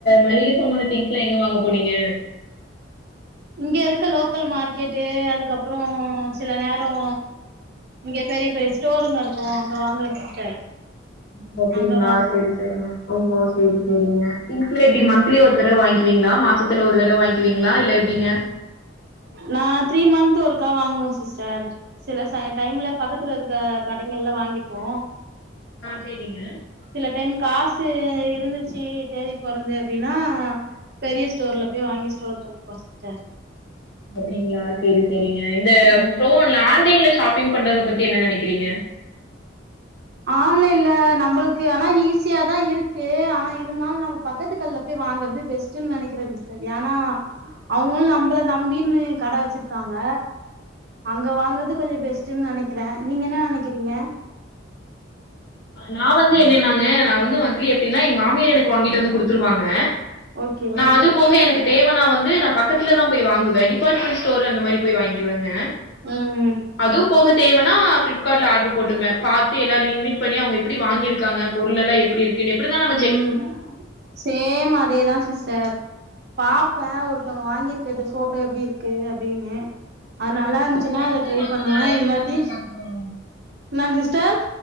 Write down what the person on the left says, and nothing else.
மளிகை சாமான திங்க்ஸ்ல்லா எங்க வாங்க போனீங்க
ஓ அப்டிங்களா
சேரி சேரிங்க ஓஹோ சேரி சேரிங்க திங்ஸ்ல
எப்டி ம ந்திலி ஒரு தடவ வாங்கீவீங்களா மாசத்துல ஒரு தடவ வாங்ககீவீங்களா இல்ல எப்படிங்க
ஆ சேரிங்க
ஓ அப்டிங்களா சேரி சேரிங்க இந்த
ஃபோன் இதுல ஆன்டைன்ல ஷாப்பிங் பண்றத பத்தி என்ன நனைக்கிறீங்க
நா வந்து என்னன்னாங்க நா வந்து மந்த்லி எப்டின்னா எங்க மாமியார் எனக்கு வாங்கிட்டு வந்து குடுத்துருவாங்க
நா அது போக எனக்கு தேவனா வந்து நா பக்கத்துல தா போய் வாங்குவ டிபார்ட்மெண்ட் ஸ்டோரு அந்த மாரி போய் வாங்கிகுவங்க
அதுவு போக தேவனா பிளிப்கார்ட்ல ஆர்டர் போட்டுக்குவ பாத்து எல்லா லிமிட் பண்ணி அவங்க எப்படி வாங்கிருக்காங்க பொருள் எல்லா எப்டி இருக் எப்டி இருந்தாலு நம்
இப்ப நம்ம
ஒரு ட்ரெஸ்ஸு
வாங்குனாலே
அப்டிதானுங்க
பாக்க போறோ